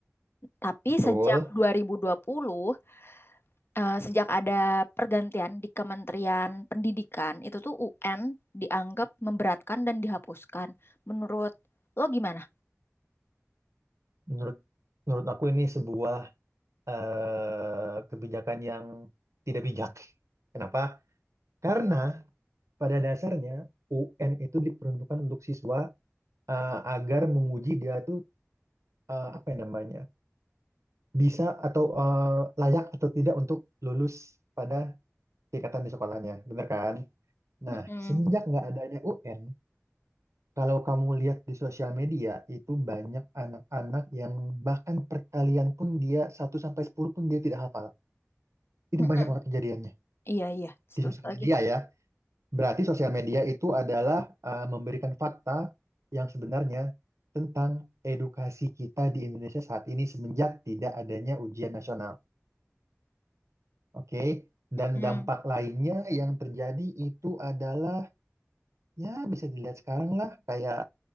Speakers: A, on the left; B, on the right.
A: Tapi
B: betul.
A: sejak 2020 eh, sejak ada pergantian di Kementerian Pendidikan, itu tuh UN dianggap memberatkan dan dihapuskan. Menurut lo gimana?
B: Menurut menurut aku ini sebuah eh, kebijakan yang tidak bijak. Kenapa? Karena pada dasarnya UN itu diperuntukkan untuk siswa eh, agar menguji dia tuh eh, apa ya namanya bisa atau eh, layak atau tidak untuk lulus pada tingkatan di sekolahnya, bener kan? Nah,
A: Mm-mm.
B: semenjak nggak adanya UN, Kalau kamu lihat di sosial media, itu banyak anak-anak yang bahkan perkalian pun dia satu sampai 10 pun dia tidak hafal. Itu
A: Mm-mm.
B: banyak banget kejadiannya
A: Iya, iya, setuju
B: di sosial
A: lagi.
B: media ya. Berarti sosial media itu adalah eh, memberikan fakta yang sebenarnya tentang edukasi kita di Indonesia saat ini semenjak tidak adanya ujian nasional. Oke.
A: Mm-mm.
B: Dan dampak lainnya yang terjadi itu adalah ya bisa dilihat sekarang lah kayak